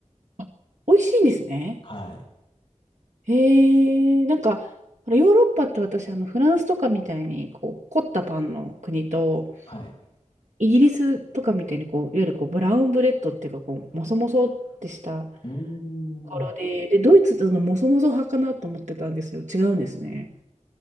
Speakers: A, on the right; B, on the left.
A: あ、美味しいんですね。
B: はい。
A: へえ、なんか、ほらヨーロッパって私、あの、フランスとかみたいに、こう、凝ったパンの国と、
B: はい。
A: イギリスとかみたいに、こう、いわゆるこう、ブラウンブレッドっていうか、こう、もそもそってしたと
B: うー
A: ころで、
B: ん。
A: で、ドイツってそのもそもそ派かなと思ってたんですよ。違うんですね。